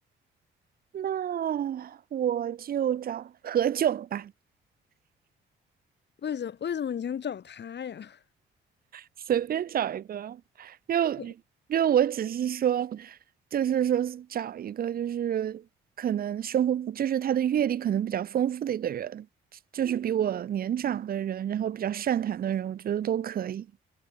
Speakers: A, on the right (about 50°); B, on the left (about 60°).
A: 那我就找何炅吧，
B: 为什为什么你想找他呀？<laughs>
A: 随便找一个，因为因为我只是说，
B: 你
A: 就是说找一个就是可能生活就是他的阅历可能比较丰富的一个人，就是比我年长的人，然后比较善谈的人，我觉得都可以。